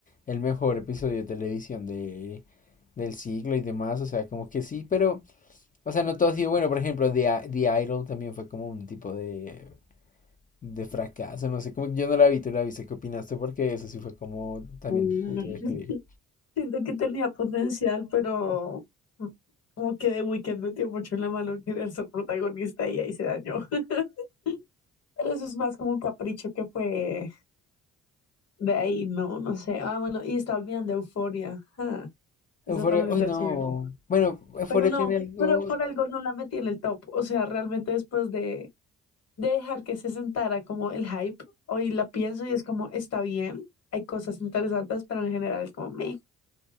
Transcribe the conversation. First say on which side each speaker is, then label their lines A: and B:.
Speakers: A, on the left (about 25°); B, on the left (about 55°).
A: el mejor episodio de televisión de, del siglo y demás, o sea, como que sí, pero... O sea, no todo ha sido bueno. Por ejemplo, The, The Idol también fue como un tipo de, de fracaso. No sé, como que yo no la vi, tú la viste. ¿Qué opinaste? Porque eso sí fue como también
B: Mm,
A: un punto de declive.
B: <laughs> Siento que tenía potencial, pero mm, como que The Weeknd metió mucho en la mano querer ser protagonista y ahí se dañó. <laughs> Pero eso es más como un capricho que fue de ahí, ¿no? No sé. Ah, bueno, y estaba olvidando Euforia. Ah, eso
A: Euphoria,
B: también
A: uy,
B: es de
A: no.
B: HBO.
A: Bueno, Euphoria
B: Pero no,
A: tiene algo.
B: pero por algo no la metí en el top. O sea, realmente después de de dejar que se sentara como el hype. Hoy la pienso y es como, está bien, hay cosas interesantes, pero en general es como, me.